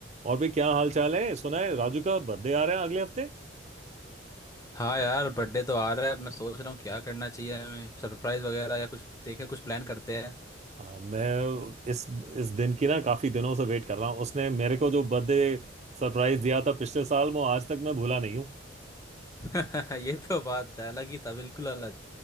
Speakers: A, on the right (about 35°); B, on the left (about 15°).
A: और भी क्या हाल चाल है सुना है राजू का बर्थडे आ रहा है अगले हफ्ते
B: हाँ यार बर्थडे तो आ रहा है अब मैं सोच रहा हूँ क्या करना चाहिए हमें सरप्राइज वगैरह या कुछ देखे कुछ प्लान करते
A: हाँ, मैं इस इस दिन की ना काफी दिनों से वेट कर रहा हूँ उसने मेरे को जो बर्थडे सरप्राइज दिया था पिछले साल वो आज तक मैं भूला नहीं हूँ
B: हैं <laughs> ये तो बात है अलग ही था बिल्कुल अलग